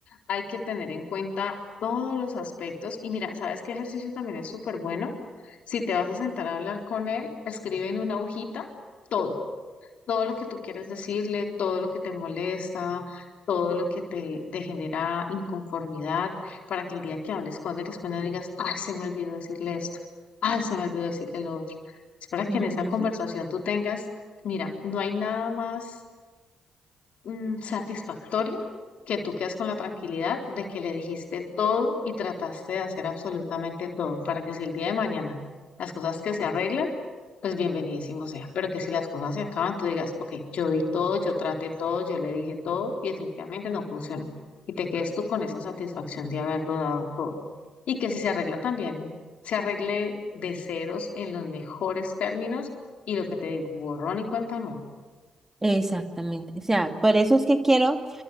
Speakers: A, on the left; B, on the right.
A: hay que tener en cuenta todos los aspectos. Y mira, ¿sabes qué ejercicio también es súper bueno? Si te vas a sentar a hablar con él, escribe en una hojita todo, todo lo que tú quieres decirle, todo lo que te molesta, todo lo que te, te genera inconformidad, para que el día que hables con él después no digas, ay, se me olvidó decirle esto, ay, se me olvidó decirle lo otro. Es para que
B: Ujú.
A: en esa conversación tú tengas, mira, no hay nada más mm, satisfactorio que tú quedas con la tranquilidad de que le dijiste todo y trataste de hacer absolutamente todo para que si el día de mañana las cosas que se arreglan, pues bienvenidísimo sea. Pero que si las cosas se acaban, tú digas, ok, yo di todo, yo traté todo, yo le dije todo y definitivamente no funcionó. Y te quedes tú con esa satisfacción de haberlo dado todo. Y que si se arregla también, se arregle de ceros en los mejores términos y lo que te digo, borrón y cuenta nueva.
B: Exactamente. O sea, por eso es que quiero